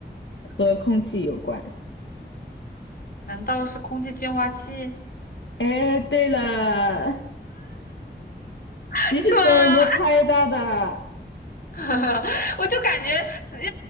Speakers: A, on the left (about 80°); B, on the left (about 55°).
A: 和空气有关。
B: 难道是空气净化器？
A: 哎，对了，
B: <laughs>
A: 你是怎么猜到的？
B: 是吗？<laughs> 我就感觉是又